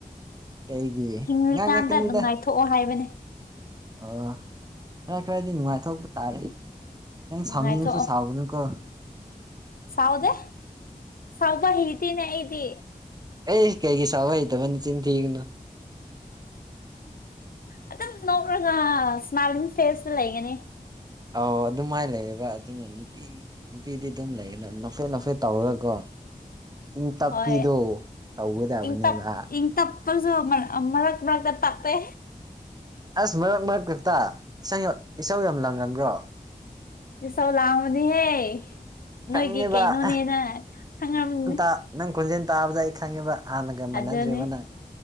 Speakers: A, on the right; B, on the left.
A: ꯀꯩꯒꯤ
B: ꯍꯤꯡꯂꯤꯀꯥꯟꯗ
A: ꯉꯥꯡꯉꯛꯀꯅꯤꯗ
B: ꯅꯨꯡꯉꯥꯏꯊꯣꯛꯑꯣ ꯍꯥꯏꯕꯅꯦ
A: ꯑꯣ ꯈꯔ ꯈꯔꯗꯤ ꯅꯨꯡꯉꯥꯏꯊꯣꯛꯄ ꯇꯥꯔꯦ ꯅꯪ
B: ꯅꯨꯡꯉꯥꯏꯊꯣꯛꯑꯣ
A: ꯁꯥꯎꯅꯤꯡꯉꯁꯨ ꯁꯥꯎꯒꯅꯨꯀꯣ
B: ꯁꯥꯎꯗꯦ ꯁꯥꯎꯕ ꯍꯩꯇꯦꯅꯦ ꯑꯩꯗꯤ
A: ꯑꯦ ꯀꯩꯒꯤ ꯁꯥꯎꯕ ꯍꯩꯇꯕ ꯆꯤꯟ ꯊꯤꯒꯅꯨ
B: ꯑꯗꯨꯝ ꯅꯣꯛꯂꯒ ꯏꯁꯃꯥꯏꯂꯤꯡ ꯐꯦꯁꯇ ꯂꯩꯒꯅꯤ
A: ꯑꯧ ꯑꯗꯨꯃꯥꯏꯅ ꯂꯩꯌꯦꯕ ꯑꯗꯨꯅ ꯅꯨꯄꯤ ꯅꯨ ꯅꯨꯄꯤꯗꯤ ꯑꯗꯨꯝ ꯂꯩꯒꯅꯨ ꯅꯣꯛꯐꯦꯠ ꯅꯣꯛꯐꯦꯠ ꯇꯧꯔꯒꯀꯣ ꯏꯪ ꯇꯞꯄꯤꯗꯣ
B: ꯍꯣꯏ
A: ꯇꯧꯒꯗꯕꯅꯦꯕ
B: ꯏꯪ ꯇꯞ <unintelligible> ꯃꯔꯛ ꯃꯔꯛꯇ ꯇꯠꯂꯦ
A: ꯑꯁ ꯃꯔꯛ ꯃꯔꯛ ꯈꯛꯇ ꯏꯁꯩꯌꯥ ꯏꯁꯧ ꯌꯥꯝ ꯂꯪꯒꯟꯕ꯭ꯔꯣ
B: ꯏꯆꯧ ꯂꯥꯡꯕꯅꯦꯍꯦ ꯅꯣꯏꯒꯤ
A: ꯈꯪꯉꯦꯕ
B: ꯀꯩꯅꯣꯅꯦꯅ ꯈꯪꯉꯝꯅꯤ
A: ꯇꯠ ꯅꯪ ꯈꯣꯟꯖꯦꯟ ꯇꯥꯕꯗ ꯑꯩ ꯈꯪꯉꯦꯕ ꯍꯥꯟꯅꯒ ꯃꯥꯟꯅꯗ꯭ꯔꯦꯕ
B: ꯑꯗꯨꯅꯤ
A: ꯅꯪ